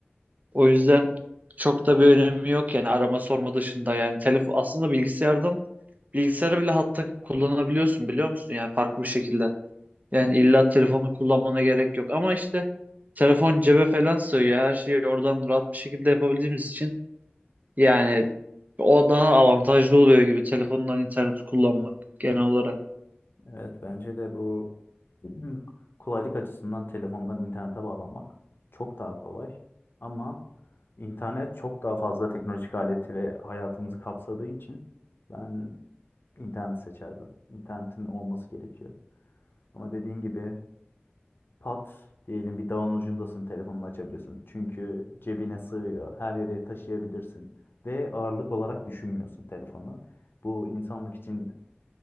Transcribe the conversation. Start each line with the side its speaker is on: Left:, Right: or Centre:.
Right: O yüzden çok da bir önemi yok yani arama sorma dışında yani telefon aslında bilgisayardan bilgisayara bile hat takıp kullanabiliyorsun biliyor musun? Yani farklı bir şekilde. Yani illa telefonu kullanmana gerek yok ama işte telefon cebe falan sığıyor. Her şeyi oradan rahat bir şekilde yapabildiğimiz için yani o daha avantajlı oluyor gibi telefondan internet kullanmak genel olarak.
Left: Evet bence de bu Hı, Kolaylık açısından telefondan internete bağlanmak çok daha kolay. Ama internet çok daha fazla teknolojik aleti ve hayatımızı kapsadığı için ben internet seçerdim. İnternetin olması gerekiyor. Ama dediğin gibi pat diyelim bir dağın ucundasın telefonunu açabiliyorsun. Çünkü cebine sığıyor, her yere taşıyabilirsin ve ağırlık olarak düşünmüyorsun telefonu. Bu insanlık için